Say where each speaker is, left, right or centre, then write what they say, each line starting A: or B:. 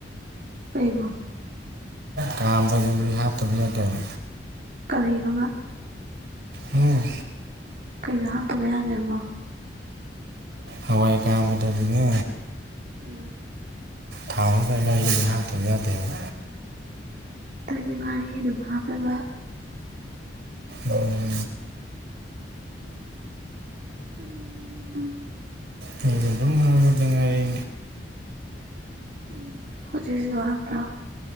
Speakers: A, on the right; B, on the right.
A: ꯀꯩꯕꯨ
B: ꯀꯥꯝꯕꯁꯤꯗꯤ ꯍꯥꯞꯇꯕ ꯌꯥꯗꯦꯕ
A: ꯀꯔꯤꯅꯣꯕ
B: ꯎꯝ
A: ꯀꯩꯗ ꯍꯥꯡꯇꯕ ꯌꯥꯗꯦꯕꯣ
B: ꯍꯋꯥꯏ ꯀꯥꯥꯟꯕ ꯇꯗꯤꯅ
A: ꯎꯝ
B: ꯊꯥꯎꯔ ꯀ ꯂꯥꯏꯒꯤꯗꯤ ꯍꯥꯞꯇꯕ ꯌꯥꯗꯦꯕ
A: ꯇꯒꯤ ꯉꯥꯔꯤ ꯑꯗꯨꯝ ꯍꯥꯞꯆꯕ
B: ꯎꯝ
A: ꯎꯝ
B: ꯅꯖ ꯑꯗꯨꯝ ꯍꯥꯂꯗ ꯑ
A: ꯎꯝ ꯍꯧꯖꯤꯁꯤ ꯋꯥꯄ꯭ꯔ